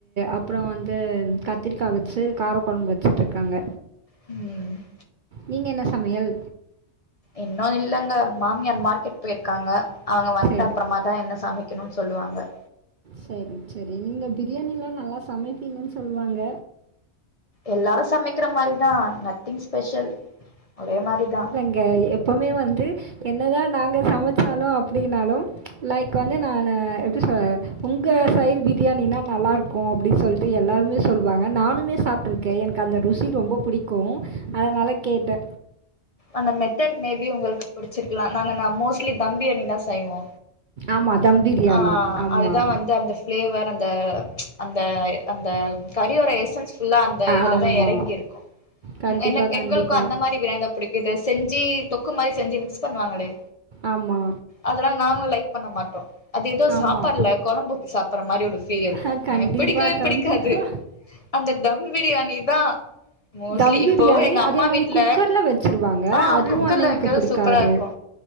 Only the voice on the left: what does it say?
ம்
இன்னு இல்லைங்க மாமியார் மார்க்கெட் போய்ருக்காங்க அவுங்க வன்ட்டுஅப்றோமா
தா என்ன சமைக் கிணுன் சொல்லுவாங்க
எல்லாரு சமைக்கிற மாரிதா நத்திங் ஸ்பெஷல் ஒரே மாரி தா
அந்த மெத்தட் மேபி உங்களுக்கு புடிச்சிருக்கலா நாங்க நா மோஸ்ட்லி தம் ப்ரியாணி தா செய்வோ
ஆ
அதுதா வந்து அந்த ஃப்ளேவர் அந்த அந்த அந்த கறியோரை எசன்ஸ் ஃபுல்லா அந்த
இதுலதா எறங்கி இருக்கு
ம் எனக்
எங்களுக்கு அந்த மாரி ப்ரியானிதா புடிக்கிது செஞ்சு தொக்கு மாரி செஞ்சு மிக்ஸ் பண்ணுவாங்களே
அதெல்லா நாங்களு லைக் பண்ண மாட்டோ அது ஏதோ
சாப்பாடுல கொழம்பு ஊத்தி சாப்ட்ற மாரி ஒரு ஃபீல் இருக்கு
பிடிக்கவே பிடிக்காது
அந்த தம் ப்ரியாணி தா மோஸ்ட்லி
இப்போ எங்க அம்மா
வீட்ல
ஆ
குக்கர்ல
வைக்கிறது
சூப்பரா இருக்கு